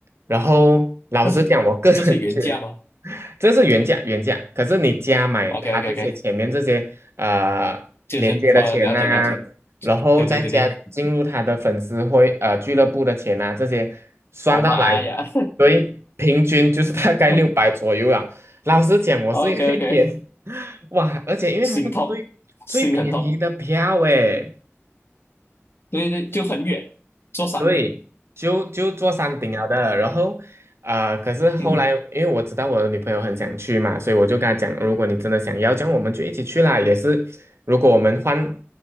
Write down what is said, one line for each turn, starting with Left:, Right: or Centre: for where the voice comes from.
Right: 然后老实讲，
Left: 但是这是原价吗
Right: 我个人 <laughs> 觉得这是原价原价，可是你加买他这些前面这些呃连接的钱呐、
Left: ？OK OK OK，就是哦，了解了解，
Right: 然后再加进入他的粉丝会呃俱乐部的钱呐、
Left: 对对对对，
Right: 这些算到来，
Left: 我妈呀
Right: 所以平均就是大概六百左右啊。
Left: <laughs>
Right: 老实讲，我是有一个点
Left: ，OK OK，
Right: <laughs>，哇，而且因为它是最最便宜的票诶，
Left: 心痛，心很痛，对对，就很远，坐山顶，
Right: 对，就就做山顶了的，然后，呃，可是后来，
Left: <laughs>
Right: 因为我知道我的女朋友很想去嘛，所以我就跟她讲，如果你真的想要，这样我们就一起去啦。也是，如果我们换